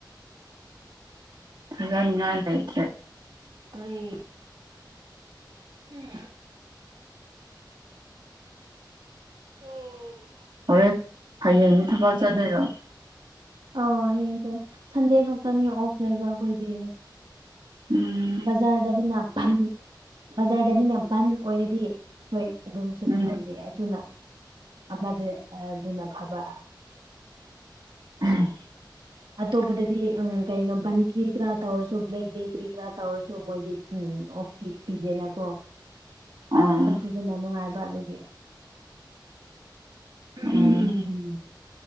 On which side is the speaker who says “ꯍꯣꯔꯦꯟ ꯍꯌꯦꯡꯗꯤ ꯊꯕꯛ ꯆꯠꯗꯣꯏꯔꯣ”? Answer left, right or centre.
Right